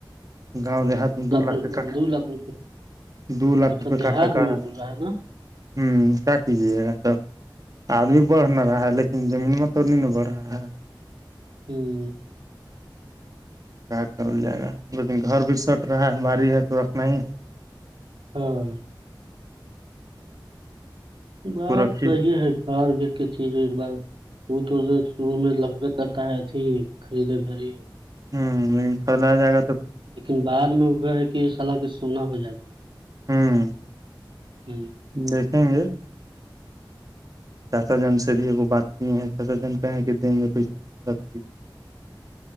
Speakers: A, on the right; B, on the right.
A: گاؤں دیہات میں دو لاکھ
B: روپ
A: کے کٹ
B: دو لاکھ روپئے
A: دو لاکھ
B: کٹھا
A: روپئے
B: دیہات
A: کاٹھاکا
B: میں
A: ہوں
B: بول رہا ہے نا
A: کیا کیجیے گا تب آدمی بڑھ نہ رہا لیکن زمین میں تو نہیں ن بڑھ رہا ہاں
B: ہوں
A: کیا کرل جائے گا لیکن گھر بھی سٹ رہا ہے ہماری ہے تو رکھنا ہی ہے
B: ہاں بات
A: کو رکھیے
B: توی ہے گھر بی کے چیزیں ایک بار وہ تو شروع میں لگبے کرتا ہے اھی خریدے گھریی
A: ہوں خدا جگ
B: لیکن بعد میں وہ ہے کہ سال کھ سونا ہو جائے گا
A: ہوں
B: ہوں
A: دیکھیں گے چاچا جن سے بھی ایگ بات کیے ہیں چاچا جن کہ ہے کہ دیں گے پیسہ رکھ لیجے